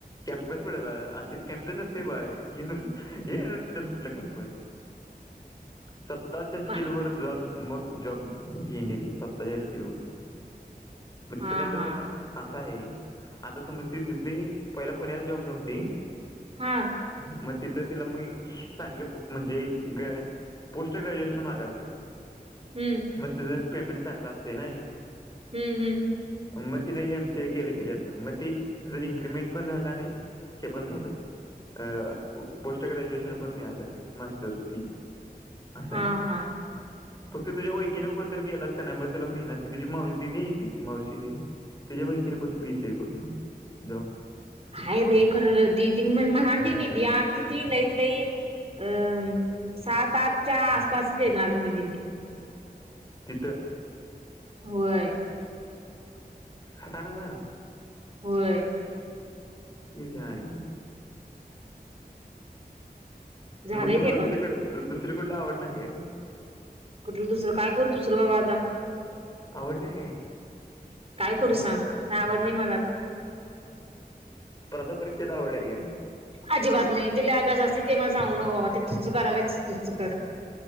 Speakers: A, on the left; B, on the right.
A: कॅम्पस कुठे बा असे कॅम्पस नसते बाय युनिव्हर्सिटीला कुठला कॅम्पस
B: <inaudible>
A: स्वतःच्या स्किल
B: म-
A: वर जाऊन मग जॉब घेणे स्वतःच्या स्किल वर मग तिथं
B: हा
A: काय
B: हा.
A: तर असं आहे आता समज ति तिे पहिला पुण्याला जॉबला हो्हती.
B: हा.
A: मग तिथं तिला मग चांगले म्हणजे ग. पोस्ट ग्रॅज्युएशन मागातील
B: हम्म
A: मग तचं पेमेंट चांगलं असते नाही.
B: हम्म हम्
A: मग ते नाही एम सी ए केलं ह्याच्यात ना मग ते इनक्रिमेंट - पण झालं आणि हे पण झालं अ पोस्ट ग्रॅज्युएशन पण मी आलं मास्टर्स सी असश आहे
B: हा हा.
A: फक्त तुझ्या ईकीने कोणतरी गेलास का नाही मग तुला मिळणार की तुी मादी आहे की माौशीदी तच्याेवर हे कन बाकी बीस ए करून मग जाऊ
B: हाय रे खरं ददी म्हणाल त दिीदी आ किती लईत लई अ सात आठच्या आसपासच आहे नॉर्मली दिदी
A: किती
B: होय
A: सात आठ हजार
B: होय
A: येशयता
B: झालंय
A: मग तुला
B: ते
A: दुसरीकड
B: पण
A: दुसरीकडला आवड नाही काय का
B: कुठ दुसर काय करू तुसर बाबा आता
A: आवड नाही काय
B: काय करू सांग का आवड नाही मला
A: स्पर्धा परीक्षेत आवड आहे काय
B: अजिबात नाही तिला अभ्यास असते ते मला सांगू न बाबा ते तू चुक आलायच तू चुक